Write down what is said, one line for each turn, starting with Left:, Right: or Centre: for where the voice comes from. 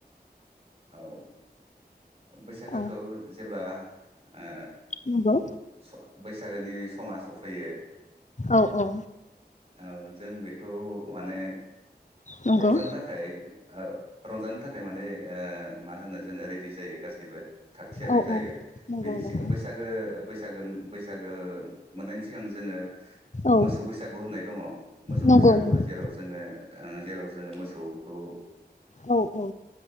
Right: औ बैसागोखौ
Left: औ
Right: जेब्ला ओ
Left: नंगौ
Right: स बैसागोनि समा सफैयो
Left: औ औ
Right: औ जों बेखौ माने
Left: नंगौ
Right: रंजानो थाखाय ओ रंजानो थाखाय माने ओ मा होनो जोङो रेडि जायो गासैबो थागथियारि
Left: औ
Right: जायो
Left: औ नंगौ
Right: बेनि
Left: नंगौ
Right: सिगां बैसागो बैसागो उम बैसागो मोननायनि सिगां जोङो
Left: औ
Right: मोसौ बैसागु होननाय दङ मोसौ
Left: नंगौ
Right: बैसागु
Left: नंगौ
Right: जेराव जोङो जेराव ओ जोङो मोसौ खौ
Left: औ औ